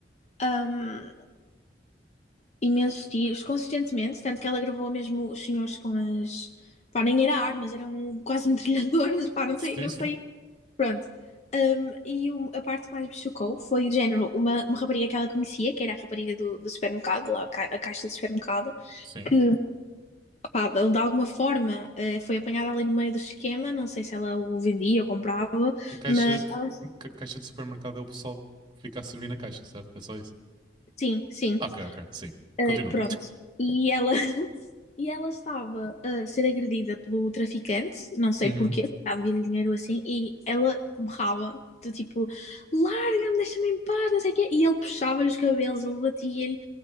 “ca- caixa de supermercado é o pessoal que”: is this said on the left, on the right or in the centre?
Right